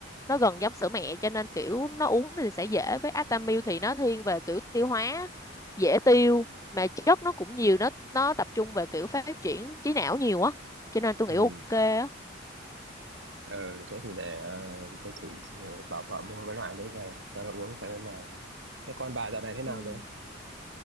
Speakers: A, on the left (about 15°); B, on the right (about 60°).
A: nó gần giống sữa mẹ cho nên kiểu nó uống thì sẽ dễ với Atamil thì nó thiên về kiểu tiêu hóa dễ tiêu mà chất nó cũng nhiều nó nó tập trung về kiểu phát triển trí não nhiều á cho nên tôi
B: Ừ.
A: nghĩ ok á
B: ờ thế thì để ờ, tôi thử bảo vợ mua cái loại đấy về cho nó uống phải bên nào. Thế con bà dạo này thế nào
A: ừ.
B: rồi?